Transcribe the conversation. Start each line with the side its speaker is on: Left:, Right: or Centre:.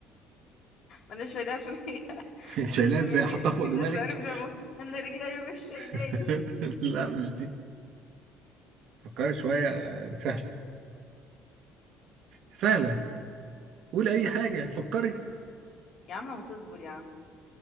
Left: انا شايلاه عشان هي <laughs>
Right: <laughs>
Left: جزء
Right: شايلها
Left: من
Right: إزاي حطها
Left: جسمي
Right: فوق دماغك
Left: بس عارف لما انا رجلي مش شايلاني
Right: <laughs> لا مش دي فكري شوية آه، سهلة سهلة قول
Left: بتشيلني
Right: أي حاجة فكري
Left: يا عم ما تصبر يا عم